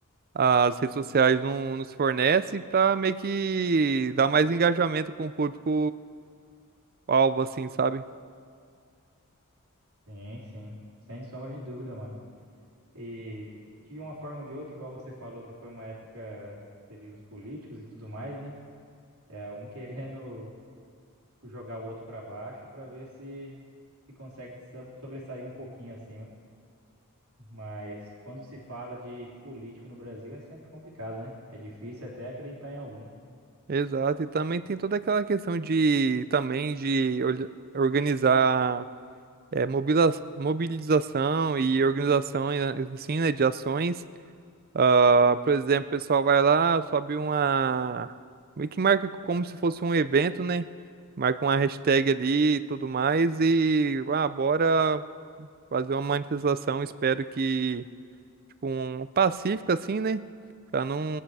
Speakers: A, on the right; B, on the right.
A: as redes sociais não nos fornecem para meio que dar mais engajamento com o público o alvo, assim, sabe?
B: Sim, sim, sem sombra de dúvida, mano. E de uma forma ou de outra, igual você falou que foi uma época, teve os políticos e tudo mais, né? É um querendo jogar o outro pra baixo pra ver se se consegue se so- sobressair um pouquinho acima. Mas quando se fala de político no Brasil é sempre complicado, né? É difícil até acreditar em algum.
A: Exato. E também tem toda aquela questão de também de olha- organizar é, mobila- mobilização e organização né, assim, né, de ações. Ah, por exemplo, o pessoal vai lá, sobe uma. Meio que marca como se fosse um evento, né? Marca uma hashtag ali e tudo mais. E ah, bora fazer uma manifestação. Espero que. tipo, um pacífico assim, né? Pra não,